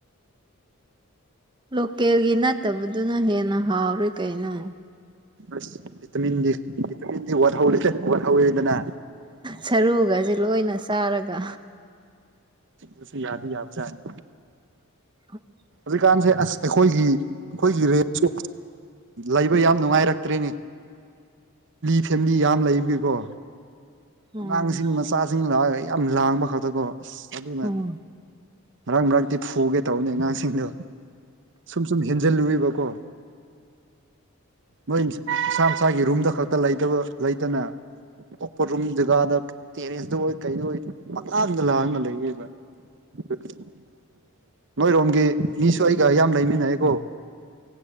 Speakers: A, on the right (about 20°); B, on the right (about 60°).
A: ꯂꯣꯀꯦꯜꯒꯤ ꯅꯠꯇꯕꯗꯨꯅ ꯍꯦꯟꯅ ꯍꯥꯎꯔꯤ ꯀꯩꯅꯣ
B: ꯑꯁ ꯚꯤꯇꯥꯃꯤꯟ ꯗꯤ ꯚꯤꯇꯥꯃꯤꯟ ꯗꯤ ꯋꯥꯠꯍꯧ ꯋꯥꯠꯍꯧꯔꯦꯗꯅ
A: ꯁꯔꯨꯒꯖꯦ ꯂꯣꯏꯅ ꯆꯥꯔꯒ
B: ꯑꯗꯨꯁꯨ ꯌꯥꯗꯤ ꯌꯥꯕꯖꯥꯠꯅꯤ
A: <inaudible>
B: ꯍꯧꯖꯤꯛꯀꯥꯟꯁꯦ ꯑꯁ ꯑꯩꯈꯣꯏꯒꯤ ꯑꯩꯈꯣꯏꯒꯤ ꯔꯦꯠꯁꯦ ꯂꯩꯕ ꯌꯥꯝ ꯅꯨꯡꯉꯥꯏꯔꯛꯇ꯭ꯔꯦꯅꯦ ꯂꯤ ꯐꯦꯃꯤꯂꯤ ꯌꯥꯝ ꯂꯩꯕꯒꯤꯀꯣ ꯑꯉꯥꯡꯁꯤꯡ
A: ꯎꯝ
B: ꯃꯆꯥꯁꯤꯡ ꯂꯥꯛꯑ ꯌꯥꯝ ꯂꯥꯡꯕ ꯈꯛꯇꯀꯣ ꯑꯁ ꯑꯗꯨꯅ
A: ꯎꯝ
B: ꯃꯔꯛ ꯃꯔꯛꯇꯤ ꯐꯨꯒꯦ ꯇꯧꯅꯤ ꯑꯉꯥꯡꯁꯤꯡꯗꯣ ꯁꯨꯝ ꯁꯨꯝ ꯍꯦꯟꯖꯜꯂꯨꯏꯕꯀꯣ ꯃꯣꯏ ꯏꯁꯥ ꯃꯁꯥꯒꯤ ꯔꯨꯝꯗ ꯈꯛꯇ ꯂꯩꯇꯕ ꯂꯩꯇꯅ ꯑꯣꯛꯄ ꯔꯨꯝ ꯖꯒꯥꯗ ꯇꯦꯔꯦꯁꯇ ꯑꯣꯏ ꯀꯩꯗ ꯑꯣꯏ ꯄꯪꯪꯂꯥꯡꯗ ꯂꯥꯡꯉꯥ ꯂꯩꯌꯦꯕ <unintelligible> ꯅꯣꯏꯔꯣꯝꯒꯤ ꯃꯤꯁꯨ ꯑꯩꯒ ꯌꯥꯝ ꯂꯩꯃꯤꯟꯅꯩꯌꯦꯀꯣ